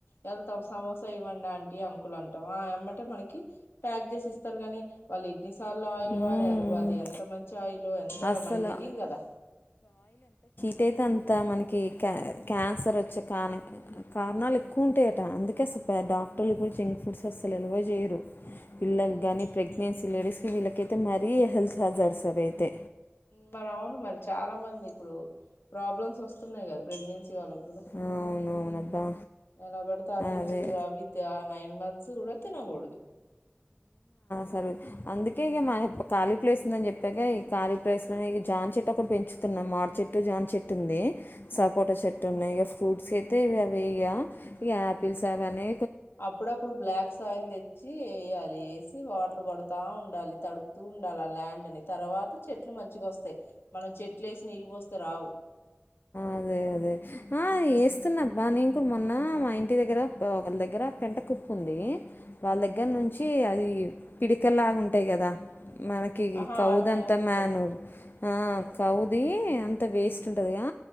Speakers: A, on the left; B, on the left.
A: ఎద త సమోసా ఇవ్వండి ఆంటీ అంకులు అంటాం ఆ ఏమ్మంటే మనకి ప్యాక్ చేసి ఇస్తారు కాని వాళ్ళు ఇన్నిసార్లు ఆయిల్
B: మ్మ్
A: వాడారు అది ఎంత మంచి షాయిలో ఎంతగా
B: అస్సలు
A: మనకి తెలీదు కదా
B: అట్టయితే అంత మనకి క క్యాన్సర్ వచ్చే కాణ కారణాలు ఎక్కువ ఉంటాయట అందుకే అసలు డాక్టర్లు కూడా జంక్ ఫుడ్స్ అసలు ఎలువ చేయరు పిల్లలు
A: ఉమ్,
B: కానీ ప్రెగ్నెన్సీ లేడీస్కి వీళ్ళకైతే మరీ హెల్త్ హాజార్స్ అది అయితే
A: మరి అవును మరి చాలా మంది ఇప్పుడు ప్రాబ్లమ్స్ వస్తున్నాయి కదా ప్రెగ్నెన్సీ వు ల
B: అవునవునబ్బా
A: ఎలా పడుతే ఆ తిసు
B: అదే
A: అవిత్ ఆ నైన్ మంత్స్ కూడా తినకూడదు
B: సరే అందుకే ఇక మా ఖాళీ ప్లేస్ ఉందని చెప్పగాక ఈ ఖాళ ప్లేస్ లో ఇ జాన్ చెట్ కూడా పెంచుతున్నాం మార్చట్ చెట్టు జాన్ చెట్టు ఉంది సపోట చెట్టు ఉన్నాయి ఇక ఫ్రూట్స్ అయితే ఇవి అవి ఇక ఇక యాపిల్స్ అవ అని
A: అప్పుడప్పుడు బ్లాక్స్యిల్ తెచ్చి వేయాలి వాటర్ కొడతా ఉండాలి తడుపుతూ ఉండాలి ఆ ల్యాండ్ ని తర్వాత చెట్లు మంచిగా వస్తాయి మన చెట్లు వేసి నీళ్ళి పోస్తే రావు
B: అదే అదే ఆ వేస్తున్నాప్పా
A: ఉమ్.
B: నీ ఇ మొన్న మా ఇంటి దగ్గర ఒకళ దగ్గర పెంట కుప్పు ఉంది వాళ్ళ
A: ఆ,
B: దగ్గర నుంచి అది పిడికలాగా ఉంటాయి కదా మనకి
A: ఆహా
B: కౌద
A: వాటిని
B: అంతా
A: ఏమంటారు
B: మనూర్ ఆ
A: అదే
B: కౌది అంత వేస్ట్ ఉంటదిగా